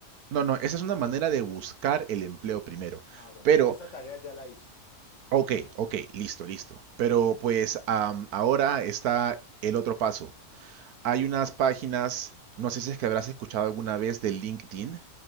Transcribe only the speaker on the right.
No, no, esa es una manera de buscar el empleo primero.
Pero,
ok, ok, listo, listo. Pero pues am, ahora está el otro paso, Hay unas páginas, no sé si es que habrás escuchado alguna vez de LinkedIn.